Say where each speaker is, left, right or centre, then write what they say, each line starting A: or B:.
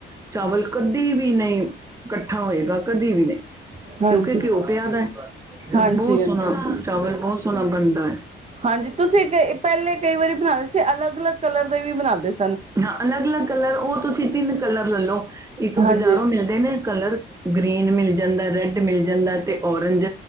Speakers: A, on the right; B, on the right.
A: ਚਾਵਲ ਕਦੇ ਵੀ ਨਹੀਂ ਕੱ ਠਾ ਹੋਏਗਾ ਕਦੇ ਵੀ ਨਹੀਂ।
B: ਹਾਂਜੀ
A: ਕਿਉਂਕਿ ਘਿਓ ਪਿਆ ਦਾ ਹੈ, ਤੇ
B: ਹਾਂਜੀ
A: ਬਹੁਤ
B: ਹਾਂਜੀ
A: ਸੋਹਣਾ ਚਾਵਲ ਬਹੁਤ ਸੋਹਣਾ ਬਣਦਾ ਐ।
B: ਹਾਂਜੀ ਤੁਸੀਂ ਕ ਪਹਿਲੇ ਕਈ ਵਾਰੀ ਬਣਾਏ ਸੀ, ਅਲੱਗ -ਅਲੱਗ ਕਲਰ ਦੇ ਵੀ ਬਣਾਂਦੇ ਸੀ।
A: ਹਾਂ ਅਲੱਗ -ਅਲੱਗ ਕਲਰ ਉਹ ਤੁਸੀਂ ਤਿੰਨ ਕਲਰ ਲੈ ਲੋ ਇੱਕ
B: ਹਾਂਜੀ
A: ਬਜ਼ਾਰੋਂ ਮਿਲਦੇ ਨੇ ਕਲਰ ਗ੍ਰੀਨ ਮਿਲ ਜਾਂਦਾ, ਰੈਡ ਮਿਲ ਜਾਂਦਾ ਤੇ ਔਰਿੰਜ